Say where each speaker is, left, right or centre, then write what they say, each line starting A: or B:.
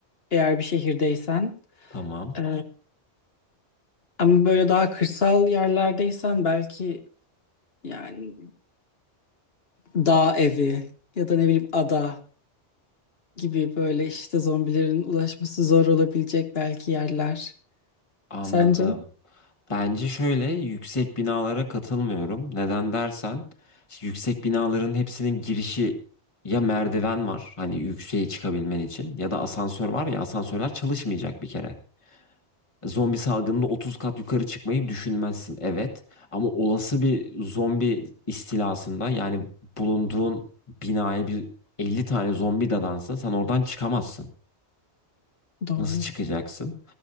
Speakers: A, on the left (about 60°); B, on the left (about 30°).
A: Eğer bir şehirdeysen.
B: Tamam,
A: Ee, ama böyle daha kırsal yerlerdeysen belki yani dağ evi ya da ne bileyim ada gibi böyle işte zombilerin ulaşması zor olabilecek belki yerler.
B: anladım.
A: Sence?
B: Bence şöyle yüksek binalara katılmıyorum. Neden dersen, işte yüksek binaların hepsinin girişi ya merdiven var, hani yükseğe çıkabilmen için ya da asansör var ya asansörler çalışmayacak bir kere. Zombi salgınında 30 kat yukarı çıkmayı düşünmezsin evet ama olası bir zombi istilasında yani bulunduğun binaya bir 50 tane zombi dadansa sen oradan çıkamazsın.
A: Doğru.
B: Nasıl çıkacaksın?